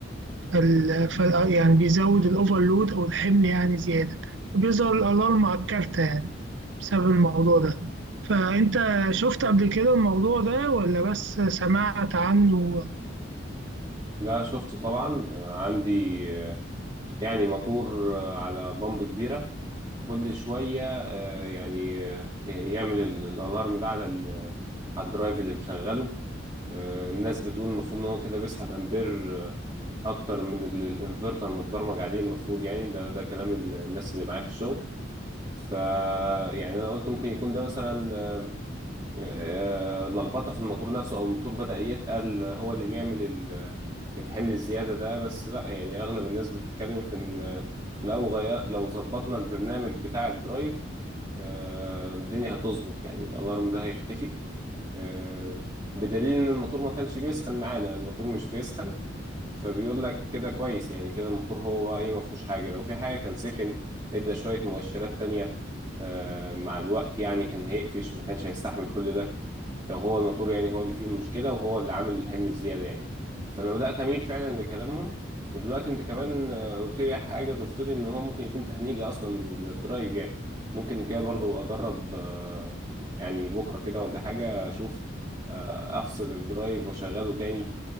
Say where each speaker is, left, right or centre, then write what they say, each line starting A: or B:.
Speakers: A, on the right; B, on the right.
A: فال... فال... يعني بيزود الأوفرلود أو الحمل يعني زيادة بيظهر الألارم على الكارتة يعني بسبب الموضوع ده فأنت شفت قبل كده الموضوع ده ولا بس سمعت عنه
B: لا شفته طبعا آه، عندي آه، يعني موتور آه، على بامب كبيره كل شويه آه، يعني آه، يعمل ال- الالارم ده على ال- على الدرايف اللي مشغله آه، الناس بتقول المفروض ان هو كده بيسحب امبير آه، اكتر من اللي الانفرتر متبرمج عليه المفروض يعني ده ده كلام ال- الناس اللي معايا في الشغل ف يعني انا قلت ممكن يكون ده مثلا آه، آه، لخبطه في الموتور نفسه او الموتور بدأ يتقل هو اللي بيعمل ال- الحمل الزياده ده بس لا يعني اغلب الناس بتتكلم في ان لو غير لو ظبطنا البرنامج بتاع الدرايف آه، الدنيا هتظبط يعني الالارم ده هيختفي آه، بدليل ان الموتور ما كانش بيسخن معانا الموتور مش بيسخن فبيقول لك كده كويس يعني كده الموتور هو ايه ما فيهوش حاجه لو في حاجه كان سخن ادى شويه مؤشرات تانية آه، مع الوقت يعني كان هيقفش ما كانش هيستحمل كل ده لو هو الموتور يعني هو اللي فيه المشكله وهو اللي عامل الحمل الزياده يعني فانا بدات اميل فعلا لكلامهم ودلوقتي انت كمان آه، قلت لي حاجه ضفت لي ان هو ممكن يكون تهنيجه اصلا من الدرايف يعني ممكن كده برضو اجرب آه، يعني بكره كده ولا حاجه اشوف آه، افصل الدرايف واشغله تاني